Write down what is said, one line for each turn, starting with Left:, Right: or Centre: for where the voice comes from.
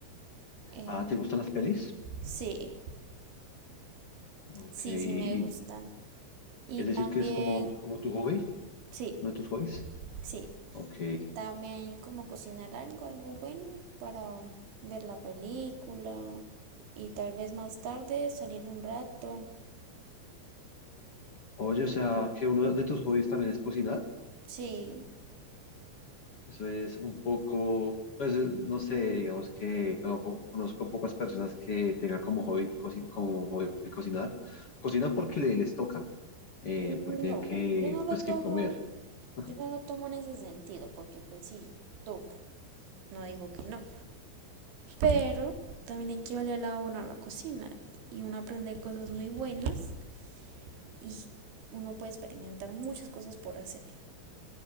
Right: eh,
Left: Ah, ¿te gustan las pelis?
Right: sí,
Left: Ok,
Right: sí,
Left: y,
Right: sí me gustan.
Left: y-
Right: Y
Left: es
Right: también,
Left: decir que es como, como tu hobby,
Right: sí,
Left: uno de tus hobbies.
Right: sí.
Left: Ok.
Right: Y también como cocinar algo, algo bueno para ver la película. Y tal vez más tarde salir un rato.
Left: Oye, o sea, que uno de tus hobbies también es cocinar.
Right: Sí.
Left: Eso es un poco, pues eh, no sé, digamos que como co- conozco pocas personas que tengan como hobby, coci- como hobby cocinar. Cocinan porque le- les toca, eh,
Right: No,
Left: porque tienen que,
Right: yo no lo
Left: pues,
Right: tomo,
Left: que comer. <laughs>
Right: yo no lo tomo en ese sentido, porque pues sí, toca. No digo que no. Pero también hay que verle el lado bueno a la cocina y uno aprende cosas muy buenas y uno puede experimentar muchas cosas por hacer.